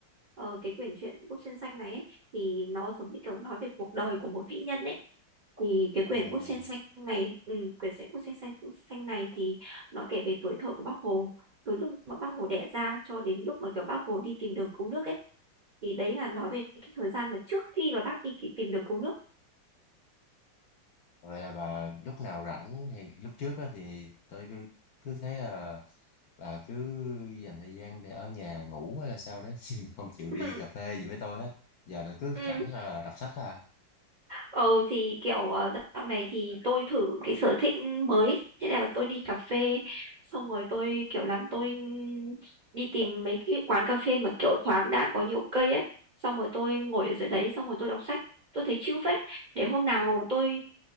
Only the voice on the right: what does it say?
Ờ, cái quyển truyện Búp Sen Xanh này ấy, thì nó giống như kiểu nói về cuộc đời của một vĩ nhân ấy. Thì cái quyển
Búp Sen Xanh này, ừ, quyển sách Búp Sen Xanh, Xanh này thì nó kể về tuổi thơ của Bác Hồ. Từ lúc mà Bác Hồ đẻ ra cho đến lúc mà kiểu Bác Hồ đi tìm đường cứu nước ấy. Thì đấy là nói về cái thời gian mà trước khi mà bác đi kì- tìm đường cứu nước.
Ừ,
ừ.
Ừ thì kiểu ờ, dạo này thì tôi thử cái sở thích mới thế là tôi đi cà phê xong rồi tôi kiểu làm tôi đi tìm mấy cái quán cà phê mà kiểu thoáng đãng có nhiều cây ấy xong rồi tôi ngồi ở dưới đấy xong rồi tôi đọc sách tôi thấy chill phết để hôm nào tôi